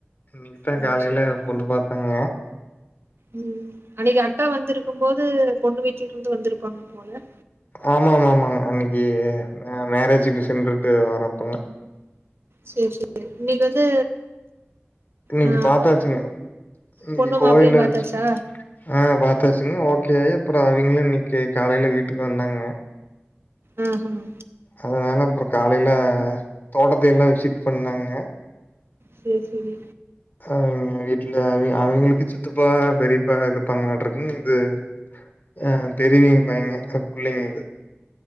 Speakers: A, on the left (about 45°); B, on the right (about 55°).
A: இன்னைக்குதா
B: ஓ
A: காலையில
B: சூப்பர்.
A: பொண்ணு பாத்தாங்க
B: ம் அன்னைக்கு அக்கா வந்துருக்கு போது பொண்ணு வீட்ல இருந்து வந்துருப்பாங்க போல
A: ஆமா ஆமா ஆமாங்க அன்னைக்கு மேரேஜுக்கு சென்றுட்டு வரப்பங்க
B: சேர் செரி இன்னைக்கு வந்து
A: இன்னைக்கு
B: ஆ
A: பாத்தாச்சுங்க இன்னைக்கு
B: பொண்ணு
A: கோயில்ல
B: மாப்பிள்ளையும் பாத்தாச்சா?
A: வெச்சு ஆ பாத்தாச்சுங்க ஓக்கே ஆயி அப்பறோ அவிங்ளோ இன்னைக்கு காலைல வீட்டுக்கு வந்தாங்க
B: ம் ஹூ ம்
A: அதனால அப்பறோ காலல தோட்டத்த எல்லா விசிட் பண்ணாங்க
B: சேர் செரி
A: அவிங்க வீட்ல அவி அவிங்களுக்கு சித்தப்பா பெரிப்பா இருப்பாங்ளாட்ருக்கு இது ஆ பெரியவிங்க பையங்க புள்ளைங்கது